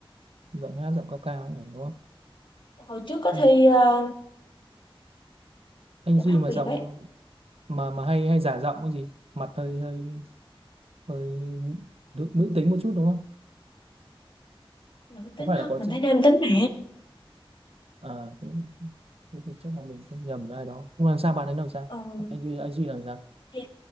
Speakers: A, on the right; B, on the left.
A: giọng hát giọng cao cao ừ, đúng không
B: hồi trước có
A: anh,
B: thi ờ,
A: anh
B: giọng
A: Duy
B: hát
A: mà
B: Việt
A: giọng
B: ấy
A: mà mà hay hay giả giọng cái gì mặt hơi hơi hơi nữ, nữ tính một chút đúng không
B: là mình tính
A: có phải
B: không
A: là có
B: mình
A: chất
B: thấy nam tính mà
A: à, nữ- thế thì chắc là mình không nhầm với ai đó nhưng mà sao bạn ấy làm sao
B: ừ.
A: anh duy anh duy làm sao
B: thì